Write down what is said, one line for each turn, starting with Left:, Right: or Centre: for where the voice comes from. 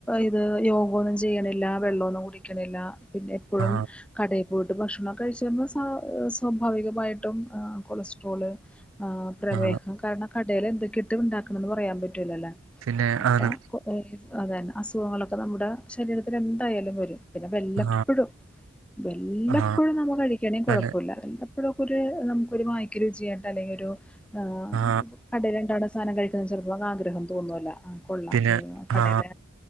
Centre: ഇത് യോഗോന്നുംചെയ്യണില്ല വെള്ളന്നും കുടിക്കണില്ല പിന്നെ എപ്പൊഴും
Right: ആ
Centre: കടയിൽ പോയിട്ട് ഭക്ഷണം കഴിച്ചമ്പോ സ്വാഭാവികമായിട്ടും ആ കൊളസ്ട്രോള് ആ പ്രമേഹം
Right: ആ
Centre: കാരണം കടേല് എന്തൊക്കെട്ട് ഉണ്ടാക്കണന്ന് പറയാൻ പറ്റൂലല്ലോ
Right: പിന്നെ
Centre: അപ്പൊ
Right: ആണ്
Centre: അതന്നെ അസുഖങ്ങളൊക്കെ നമ്മുടെ ശരീരത്തില് എന്തായാലുംവരും പിന്നെ വെല്ലപ്പഴും
Right: ആ
Centre: വെല്ലപ്പോഴും
Right: ആ
Centre: നമ്മ കഴിക്കയാണെ
Right: തന്നെ
Centre: കൊഴപ്പില്ല വല്ലപ്പഴൊക്കൊര് നമുക്കൊരു വായക്കരുചിയായിട്ട് അല്ലെങ്കി ഒരു ആഹ്
Right: ആ
Centre: കടയില്ണ്ടാവ്ണ സാധനം കഴിക്കുന്നത് ചിലപ്പോ ആഗ്രഹം തോന്നൊല്ല കൊള്ളാം
Right: പിന്നെ
Centre: കടയില
Right: ആ